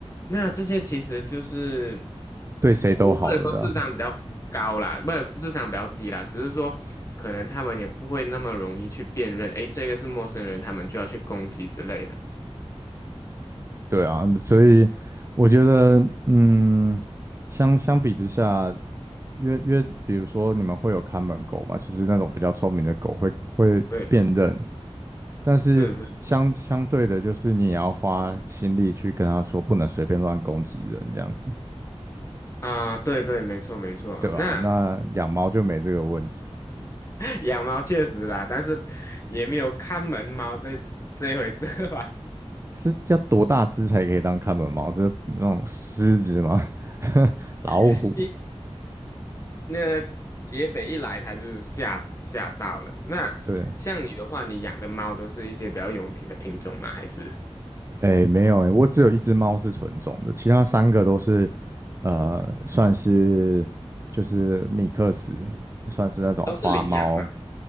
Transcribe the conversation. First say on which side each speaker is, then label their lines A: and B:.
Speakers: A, on the left (about 30°); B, on the right (about 25°).
A: 那这些其实就是。
B: 对谁都好的啦。
A: 我不能说智商比较高啦，不是智商比较低啦，只是说可能他们也不会那么容易去辨认，诶，这个是陌生人，他们就要去攻击之类的。
B: 对啊，所以我觉得，嗯，相相比之下，因为因为比如说你们会有看门狗嘛，就是那种比较聪明的狗会会辨认。
A: 对，
B: 但是相相对的，
A: 是是
B: 就是你也要花心力去跟他说，不能随便乱攻击人，这样子，
A: 啊，对对，没错没错啊。
B: 对吧？
A: 那
B: 那养猫就没这个问题，
A: <laughs> 养猫确实啦，但是也没有看门猫这这回事吧？
B: 是要多大只才可以当看门猫？是那种狮子吗？<laughs> 老虎？
A: <laughs> 一那劫匪一来，他就吓吓到了。那像你的话，
B: 对，
A: 你养的猫都是一些比较有名的品种吗？还是
B: 哎，没有哎，我只有一只猫是纯种的，其他三个都是，呃，算是就是米克斯，算是那种花猫，
A: 都是领养嘛？